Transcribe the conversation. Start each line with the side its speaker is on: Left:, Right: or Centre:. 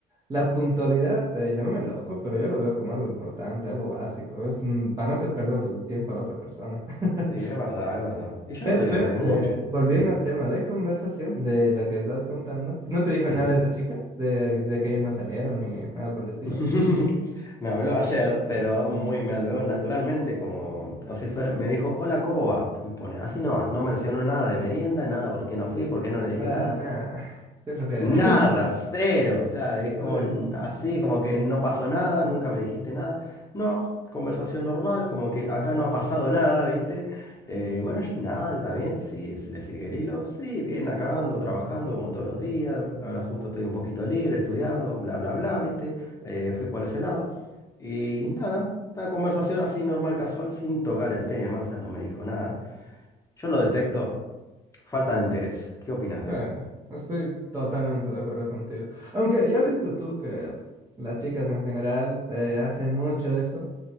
Right: la puntualidad, eh, llámame loco, pero yo lo veo como algo importante, algo básico. Es mm, para no hacer perder el tiempo a la otra persona. <laughs>
Left: sí, es verdad, es verdad. Y yo
Right: Pero,
Left: no soy de
Right: pero,
Left: salir
Right: eh,
Left: mucho.
Right: volviendo
Left: Sí,
Right: al tema de conversación de la que estabas contando, ¿no te dijo
Left: sí.
Right: nada de esa chica? De, de que ellos no salieron ni nada por el estilo.
Left: <laughs> Me habló ayer, pero muy me habló naturalmente, como así fuera. Me dijo, hola, ¿cómo va? Me pone, así no vas, no mencionó nada de merienda, nada por qué no fui, por qué no le dije
Right: Ah,
Left: nada.
Right: nah, qué flojera.
Left: Nada,
Right: <laughs>
Left: cero. O sea, es con
Right: Uy,
Left: así, como que no pasó nada, nunca me dijiste nada. No, conversación normal, como que acá no ha pasado nada, ¿viste? Eh, bueno, yo nada, está bien. Sí, es- le sigue el hilo. Sí, bien, acá ando trabajando como todos los días. Ahora justo estoy un poquito libre, estudiando, bla, bla, bla, ¿viste? Eh, fui por ese lado. Y nada, una conversación así normal, casual, sin tocar el tema, o sea, no me dijo nada. Yo lo detecto, falta de interés. ¿Qué opinas de
Right: nah,
Left: ahí?
Right: estoy totalmente de acuerdo contigo. Aunque ya viste tú que las chicas en general eh, hacen mucho eso.